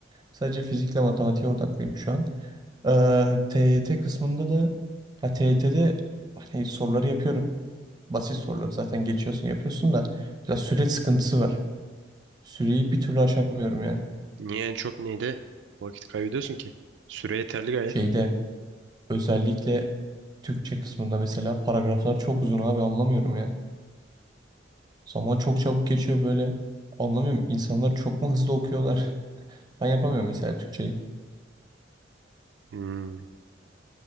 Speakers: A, on the right; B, on the right.
A: Sadece fizikle matematiğe odaklıyım şu an. Ee, TYT kısmında da ya TYT'de hani soruları yapıyorum. Basit soruları zaten geçiyorsun yapıyorsun da biraz süre sıkıntısı var. Süreyi bir türlü aşamıyorum ya.
B: Niye en çok neyde vakit kaybediyorsun ki? Süre yeterli gayet.
A: Şeyde özellikle Türkçe kısmında mesela paragraflar çok uzun abi anlamıyorum ya. Zaman çok çabuk geçiyor böyle. Anlamıyorum insanlar çok mu hızlı okuyorlar? <laughs> Ben yapamıyorum mesela Türkçeyi.
B: Hmm.